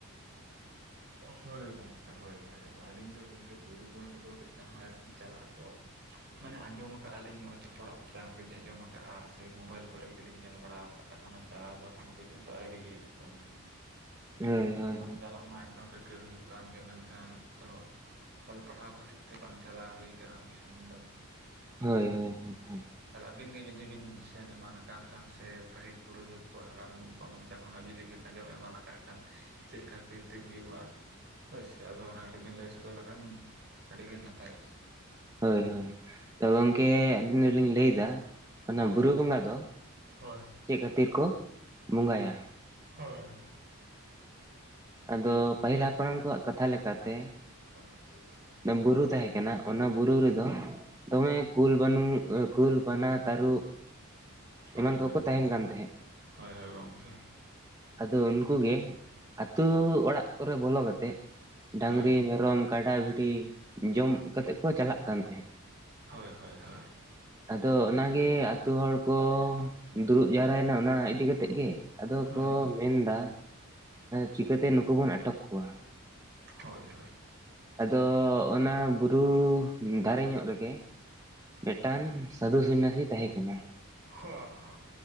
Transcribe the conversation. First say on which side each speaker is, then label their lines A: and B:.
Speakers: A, on the right; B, on the right.
A: ᱦᱳᱭ ᱜᱚᱝᱠᱮ ᱦᱳᱭ ᱦᱭ ᱟᱹᱞᱤᱧ ᱫᱚ ᱜᱚᱝᱠᱮ ᱵᱩᱨᱩ ᱵᱚᱸᱜᱟ ᱠᱚᱫᱚ ᱢᱤᱫᱫᱷᱟᱣ ᱦᱚᱸ ᱟᱣᱨᱤᱞᱤᱧ ᱪᱟᱞᱟᱜ ᱟ ᱛᱚ, ᱢᱟᱱᱮ ᱟᱸᱡᱚᱢᱟᱟᱜᱼᱟᱞᱤᱧ ᱦᱚᱲᱟᱜ ᱢᱚᱪᱟ ᱛᱮᱜᱮᱞᱞᱤᱧ ᱟᱸᱡᱚᱢᱟᱟᱜᱼᱟ, ᱥᱮ ᱢᱳᱵᱟᱭᱤᱞ ᱠᱚᱨᱮ ᱜᱮᱞᱤᱧ ᱧᱮᱞ ᱵᱟᱲᱟ ᱠᱟᱜᱼᱟ, ᱮᱠᱷᱚᱱᱚ ᱪᱟᱞᱟᱣ ᱫᱚᱠᱷᱚᱱᱳ ᱯᱚᱨᱡᱚᱱᱛ ᱱᱤᱛᱚᱜ ᱦᱚᱸ ᱟᱣᱨᱤ ᱦᱩᱭᱩᱜᱼᱟ ᱜᱚᱢᱠᱮ᱾
B: <inaudible> ᱦᱳᱭ
A: ᱟᱫᱚ ᱪᱟᱞᱟᱜ ᱢᱟ ᱮᱠᱫᱚᱢ ᱨᱤᱠᱟᱹ ᱦᱩᱭᱩᱜ ᱠᱟᱱ ᱜᱮ, ᱢᱮᱱᱠᱷᱟᱱ ᱟᱫᱚ ᱚᱞ ᱯᱟᱲᱦᱟᱣ ᱠᱷᱟᱹᱛᱤᱨ ᱛᱮ, ᱵᱟᱝ ᱪᱟᱞᱟᱣ ᱦᱩᱭ ᱟᱠᱟᱱᱟ ᱩᱱᱢ ᱥᱟᱜᱤᱧ ᱫᱚ᱾
B: ᱦᱳᱭ, ᱦᱳᱭ, ᱦᱳᱭ
A: ᱛᱟᱦᱚᱞᱮ ᱟᱹᱵᱤᱱ ᱜᱮ ᱡᱩᱫᱤ ᱵᱤᱱ ᱥᱮᱱ ᱮᱢᱟᱱ ᱠᱟᱱ ᱠᱷᱟᱱ ᱥᱮ ᱯᱟᱹᱦᱤᱞ ᱯᱩᱨᱤᱫᱷᱩᱞ ᱠᱚᱣᱟᱜ ᱦᱟᱲᱟᱢ ᱠᱚᱣᱟᱜ ᱢᱚᱪᱟ ᱠᱷᱚᱱᱟᱜ ᱡᱩᱫᱤ ᱵᱤᱱ ᱟᱸᱡᱚᱢᱮ ᱮᱢᱟᱱ ᱟᱠᱟᱫ ᱠᱷᱟᱱ ᱪᱮᱫ ᱠᱷᱟᱹᱛᱤᱨ ᱛᱤ ᱦᱩᱭᱩᱜᱼᱟ ᱦᱳᱭᱥᱮ, ᱟᱫᱚ ᱚᱱᱟ ᱠᱟᱹᱴᱤᱡ ᱵᱮᱱ ᱞᱟᱹᱭ ᱥᱚᱫᱚᱨ ᱞᱮᱠᱷᱟᱱ ᱟᱹᱰᱤ ᱜᱮ ᱱᱟᱯᱟᱭᱚᱜᱼᱟ᱾
B: ᱦᱳᱭ ᱦᱳᱭ ᱛᱚ ᱜᱚᱢᱠᱮ ᱟᱹᱞᱤᱧ ᱫᱚᱞᱤᱧ ᱞᱟᱹᱭ ᱮᱫᱟ ᱚᱱᱟ
A: ᱦᱳᱭ
B: ᱵᱩᱨᱩ ᱵᱚᱸᱜᱟ ᱫᱚ,
A: ᱦᱳᱭ
B: ᱪᱮᱫ ᱠᱷᱟᱹᱛᱤᱨ ᱠᱚ, ᱵᱚᱸᱜᱟᱭᱟ᱾
A: ᱦᱳᱭ
B: ᱟᱫᱚ ᱯᱟᱹᱦᱤᱞ ᱦᱟᱯᱲᱟᱢ ᱠᱚᱣᱟᱜ ᱠᱟᱛᱷᱟ ᱞᱮᱠᱟᱛᱮ᱾
A: <unintelligible>
B: ᱵᱩᱨᱩ ᱛᱟᱦᱮᱸ ᱠᱟᱱᱟ ᱚᱱᱟ ᱵᱩᱨᱩ ᱨᱮᱫᱚ ᱫᱚᱢᱮ ᱠᱩᱞ ᱵᱟᱱᱩᱜ ᱠᱩᱞ, ᱵᱟᱱᱟ, ᱛᱟᱹᱨᱩᱵ,
A: ᱦᱳᱭ
B: ᱮᱢᱟᱱ ᱠᱚᱠᱚ
A: ᱦᱳᱭ
B: ᱛᱟᱦᱮᱱ ᱠᱟᱱ ᱛᱟᱦᱮᱸᱜ᱾
A: ᱦᱳᱭ ᱦᱳᱭ ᱜᱚᱝᱠᱮ
B: ᱟᱫᱚ ᱩᱱᱠᱩᱩᱜ ᱜᱮ ᱟᱹᱛᱩ ᱚᱲᱟᱜ ᱠᱚᱨᱮ ᱵᱚᱞᱚ ᱠᱟᱛᱮᱫ
A: ᱦᱳᱭ
B: ᱰᱟᱹᱟᱝᱨᱤ, ᱢᱮᱨᱚᱢ, ᱠᱟᱰᱟ, ᱵᱷᱤᱰᱤ, ᱡᱚᱢ ᱠᱟ ᱠᱟᱛᱮᱜ ᱠᱚ ᱪᱟᱞᱟᱜ ᱠᱟᱱ ᱛᱟᱦᱮᱸᱫ᱾
A: ᱦᱳᱭ ᱦᱳᱭ ᱦᱳᱭ
B: ᱟᱫᱚ ᱚᱱᱟᱜᱮ ᱟᱛᱳ ᱦᱚᱲ ᱠᱚ, ᱫᱩᱲᱩᱵ ᱡᱟᱣᱨᱟᱭᱱᱟ ᱚᱱᱟ ᱤᱫᱤᱠᱟ ᱠᱟᱛᱮᱜ ᱜᱮ᱾ ᱟᱫᱚ
A: ᱦᱳᱭ
B: ᱠᱚ ᱢᱮᱱ ᱮᱫᱟ, ᱪᱤᱠᱟᱹᱛᱮ ᱱᱩᱠᱩ ᱵᱚᱱ ᱟᱴᱚᱠ ᱠᱚᱣᱟ᱾
A: ᱦᱳᱭ, ᱦᱳᱭ
B: ᱟᱫᱚ, ᱚᱱᱟ ᱵᱩᱨᱩ ᱫᱟᱨᱮ ᱧᱚᱜ ᱨᱮᱜᱮ, ᱢᱤᱫᱴᱟᱝ ᱥᱟᱹᱫᱷᱩ ᱥᱚᱱᱱᱟᱥᱤ ᱛᱟᱦᱮᱸ ᱠᱟᱱᱟᱭ᱾
A: ᱦᱳᱭ ᱦᱳᱭ